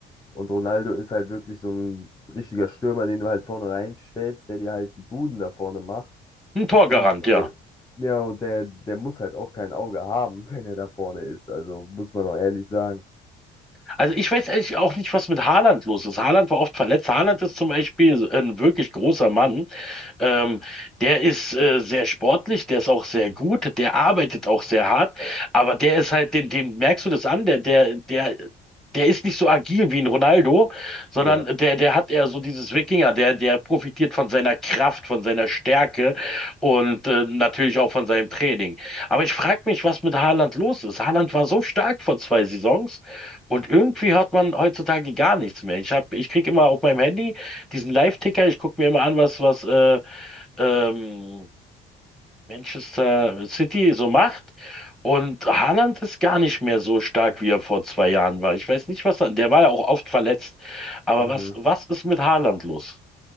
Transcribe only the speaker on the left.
Und Ronaldo ist halt wirklich so ein richtiger Stürmer, den du halt vorne reinstellst, der dir halt die Buden da vorne macht.
Und
äh, ja, und der, der muss halt auch kein Auge haben, <laughs> wenn er da vorne ist. Also muss man auch ehrlich sagen.
Ja.
Mhm.